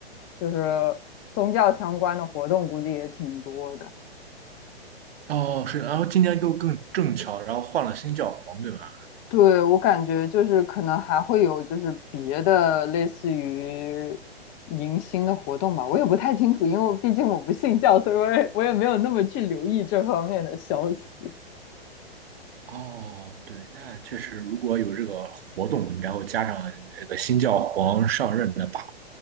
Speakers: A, on the left; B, on the right.
A: 就是宗教相关的活动估计也挺多的。
B: 哦，是，然后今年又更正巧，然后换了新教皇，对吧？
A: 对，我感觉就是可能还会有就是别的类似于迎新的活动吧，我也不太清楚，因为我毕竟我不信教，所以我也我也没有那么去留意这方面的消息。
B: 哦，对，那确实，如果有这个活动，然后加上这个新教皇上任的 buff，